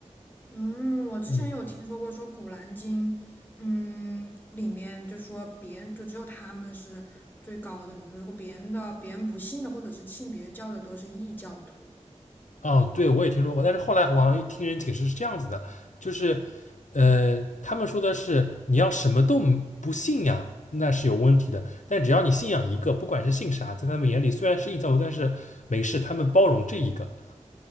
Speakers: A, on the left; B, on the left.
A: 嗯，我之前有听说过，
B: 嗯。
A: 说《古兰经》，嗯，里面就说别人就只有他们是最高等的，如果别人的别人不信的或者是信别教的都是异教徒，
B: 哦，对，我也听说过，但是后来我好像听人解释是这样子的，就是，呃，他们说的是你要什么都不信仰，那是有问题的，但只要你信仰一个，不管是信啥，在他们眼里虽然是异教徒，但是没事，他们包容这一个。